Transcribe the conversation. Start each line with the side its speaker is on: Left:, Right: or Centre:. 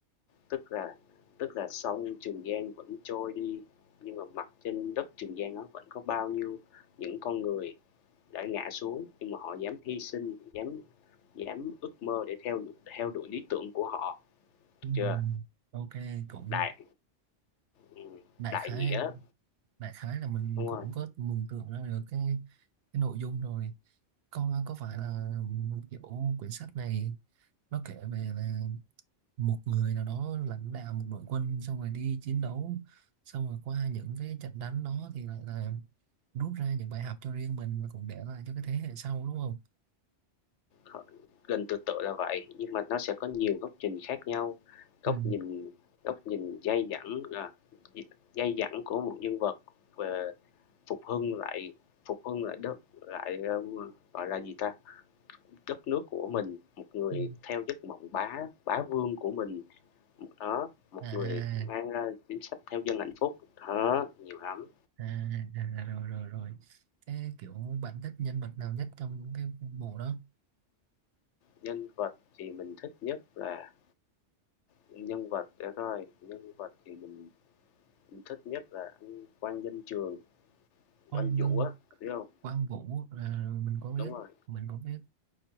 Left: tức là tức là sông Trường Giang vẫn trôi đi nhưng mà mặt trên đất Trường Giang đó vẫn có bao nhiêu những con người đã ngã xuống nhưng mà họ dám hy sinh dám dám ước mơ để theo theo đuổi lý tưởng của họ
Right: Ừ.
Left: được chưa
Right: ok cũng
Left: đại Ừm,
Right: đại
Left: đại
Right: khái
Left: nghĩa,
Right: đại khái là mình
Left: đúng
Right: cũng
Left: rồi,
Right: có mường tượng ra được cái cái nội dung rồi con có phải là kiểu quyển sách này nó kể về là một người nào đó lãnh đạo một đội quân xong rồi đi chiến đấu xong rồi qua những cái trận đánh đó thì lại là rút ra những bài học cho riêng mình và cũng để lại cho cái thế hệ sau đúng không
Left: h gần tương tự là vậy, nhưng mà nó sẽ có nhiều góc nhìn khác nhau, góc
Right: ừ.
Left: nhìn góc nhìn dai dẳng, à, d dai dẳng của một nhân vật về phục hưng lại phục hưng lại đất lại, ơ, gọi là gì ta, đất nước của mình, một người
Right: Ừ.
Left: theo giấc mộng bá bá vương của mình, đó, một
Right: à,
Left: người mang ra chính sách theo dân hạnh phúc, đó, nhiều lắm.
Right: à, à rồi rồi rồi thế kiểu bạn thích nhân vật nào nhất trong cái bộ đó
Left: Nhân vật thì mình thích nhất là nhân vật để coi, nhân vật thì mình Mình thích nhất là anh quang danh trường,
Right: Quang
Left: quang
Right: Ngân
Left: vũ á, biết không?
Right: Quang Vũ à, mình có biết
Left: Đúng rồi,
Right: mình có biết